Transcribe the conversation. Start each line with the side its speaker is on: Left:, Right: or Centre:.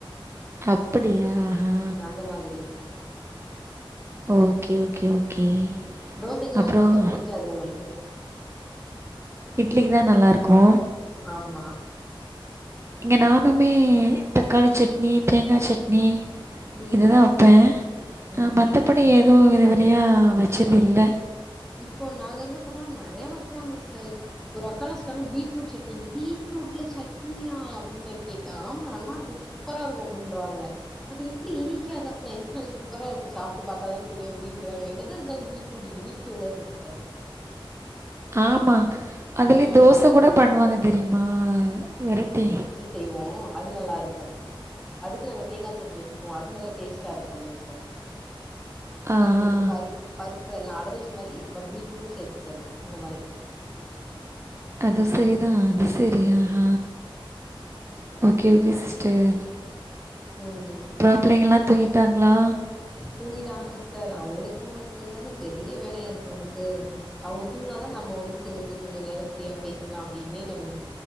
Right: அப்படியா ஆஹா
Centre: உம் அந்த மாதிரி
Right: ஓகே ஓகே ஓகே
Centre: தோசைக்கெல்ல
Right: அப்புறம்
Centre: வெச்சு குடுத்தா புடிக்காது அவங்ளுக்கு
Right: இட்லிக்கு தா நல்லாருக்கு
Centre: ஆம்மா
Right: இங்க நானுமே தக்காளி சட்னி தேங்காய் சட்னி
Centre: ம்
Right: இது தா வெப்பே
Centre: ம்
Right: மத்தபடி எதுவு இதுவரியா வெச்சதில்ல
Centre: இப்போ நாங்க இருக்க பக்கம்லா நறைய வைக்கிறாங்க சிஸ்டர் ஒரு அக்காலா சொன்பீட்ரூட் சட்னி பீட்ரூட்ல சட்னியா அப்டின்னு நா கேட்டே ஆமா நல்லா இருக்கும் சூப்பரா இருக்கும் அப்படின்றாங்க அது எப்டி இனிக்கக்கா அப்டின் தான் சூப்பரா சாப்பிட்டு பார்த்தாதான்க்கு தெரியு அப்படின்றாங்க என்னதா இருாலும் பீட்ரூட் இனி க்கும்ல சிஸ்டர்
Right: ஆமா அதுலே
Centre: ஆ.
Right: தோச கூட பண்வாங்க தெரிமா வெரைட்டி
Centre: செய்வோ அது நல்லாருக்கு அதுக் நாங்க தேங்காய் சட்னி வெச்சுப்போம் அது நல்ல டேஸ்ட் <unintelligible> தேஸ்டா யோசன இருக்கு தோச
Right: ஆ,
Centre: பீட்ருடு
Right: ஆ.
Centre: பருப்பு பருப்பு எல்லா அடை தோச மாரி பட் பீட்ரூட்டு சேர்த்துக்குறது அந்த மாதிரி
Right: அதுவு சரிதா அது சரி
Centre: ம்.
Right: அஹ ஓகே ஓகே சிஸ்டர்
Centre: ம்.
Right: அப்பறோ பிள்ளங்கல்லா தூங்கிட்டாங்களா
Centre: தூங்கிட்டாங்க சிஸ்டர் அவங்கள தூங்க வக்கிறதுதானே பெரிய வேலையா இருக்கு நமக்கு அவுங்க தூங்குனாதா நம்ம வந்து சரி ஓகே கொஞ்ச நேர ஃப்ரீயா பேசலா அப்படின்னே நம்ம